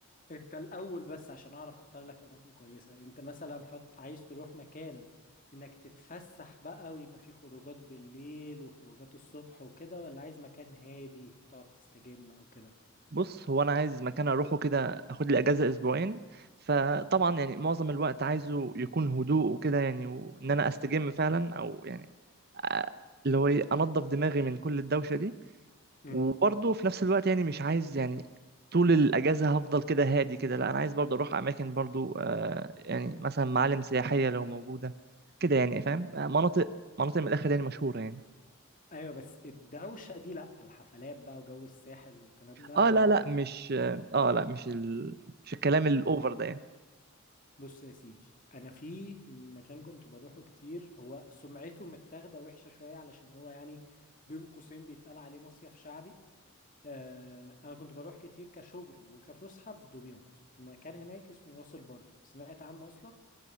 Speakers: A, on the left; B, on the right.
A: انت الاول بس عشان اعرف اختار لك اماكن كويسه انت مثلا حط عايز تروح مكان انك تتفسح بقى ويبقى فيه خروجات بالليل وخروجات الصبح وكده ولا عايز مكان هادي هتقعد تستجم او كده
B: بص هو انا عايز مكان اروحه كده اخد لي اجازه اسبوعين فطبعا يعني معظم الوقت عايزه يكون هدوء وكده يعني وان انا استجم فعلا او يعني آه، اللي هو ايه انضف دماغي من كل الدوشه دي
A: مم.
B: وبرضه في نفس الوقت يعني مش عايز يعني طول الاجازه هفضل كده هادي كده لا انا عايز برضه اروح اماكن برضه آه، يعني مثلا معالم سياحيه لو موجوده كده يعني فاهم آه، مناطق مناطق من الاخر يعني مشهوره يعني
A: ايوه بس الدوشه دي لا الحفلات بقى وجو الساحل والكلام ده
B: اه لا
A: لا
B: لا مش اه آه، لا مش ال... مش الكلام
A: مم.
B: الاوفر ده يعني
A: بص يا سيدي انا في مكان كنت بروحه كتير هو سمعته متاخده وحشه شويه علشان هو يعني بين قوسين بيتقال عليه مصيف شعبي آه انا كنت بروح كتير كشغل وكفسحه في دمياط في مكان هناك اسمه راس البر سمعت عنه اصلا